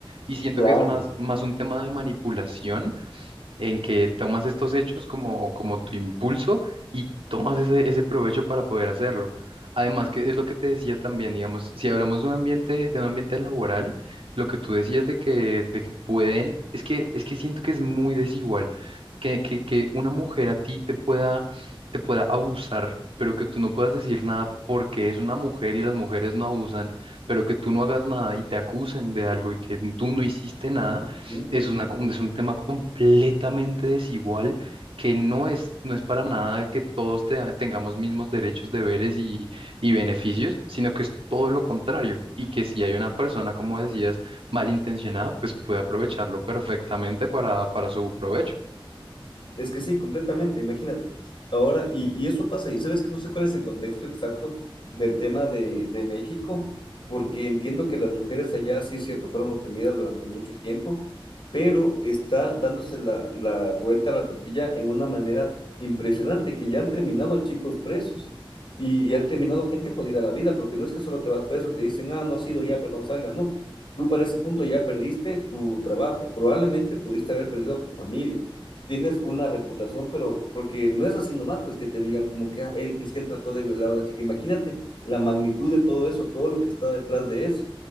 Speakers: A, on the right; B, on the left.
A: Y siento
B: Claro.
A: que es más, más un tema de manipulación en que tomas estos hechos como, como tu impulso y tomas ese, ese provecho para poder hacerlo. Además, que es lo que te decía también, digamos, si hablamos de un ambiente, de un ambiente laboral, lo que tú decías de que, de que pueden, es que, es que siento que es muy desigual, que, que, que una mujer a ti te pueda, te pueda abusar, pero que tú no puedas decir nada porque es una mujer y las mujeres no abusan, pero que tú no hagas nada y te acusen de algo y que tú no hiciste nada
B: Ujú.
A: es una, com- es un tema completamente desigual que no es, no es para nada que todos te- tengamos mismos derechos, deberes y, y beneficios, sino que es todo lo contrario y que si hay una persona, como decías, malintencionada, pues puede aprovecharlo perfectamente para, para su provecho.
B: Es que sí, completamente, imagínate. Ahora, y, y eso pasa, y sabes que no sé cuál es el contexto exacto del tema de, de México, porque entiendo que las mujeres allá, sí es cierto, fueron oprimidas durante mucho tiempo, pero está dándose la, la vuelta a la tortilla en una manera impresionante, que ya han terminado chicos presos y, y han terminado gente jodida la vida, porque no es que solo te vas preso, te dicen, ah, no has sido ya, perdón, salga, no. Tú para ese punto ya perdiste tu trabajo, probablemente pudiste haber perdido a tu familia tienes una reputación, pero porque no es así nomás, pues que te digan como que ah, él, es que él trató de violar a una chica. Imagínate la magnitud de todo eso, todo lo que está detrás de eso,